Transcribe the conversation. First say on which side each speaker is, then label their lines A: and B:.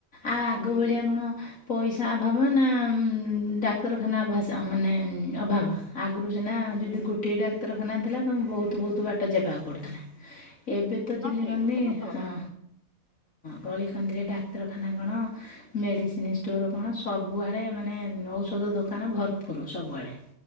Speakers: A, on the left; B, on the left.
A: ଆଉ ଆଗ
B: ହୁଁ
A: ଭଳିଆ କଣ ପଇସା ଅଭାବ ନା ଡାକ୍ତରଖାନା ଅଭ୍ୟାସ ମାନେ ଅଭାବ। ଆଗୁରୁ ସିନା
B: ହୁଁ
A: ଯଦି ଗୋଟିଏ ଡାକ୍ତରଖାନା ଥିଲା ତ ବହୁତ ବହୁତ ବାଟ ଯିବାକୁ ପଡ଼ୁଥିଲା। ଏବେ ତ
B: ହଁ
A: ଚିହ୍ନି
B: ସେଇଟା
A: ପାରୁନି
B: ତ ସତ କଥା
A: ହଁ। ବଳିକନ୍ଦିରେ ଡାକ୍ତରଖାନା କଣ ମେଡ଼ିସିନ ଷ୍ଟୋର କଣ ସବୁଆଡ଼େ ମାନେ ଔ ଧ ଦୋକାନ ଭରପୁର ସବୁଆଡେ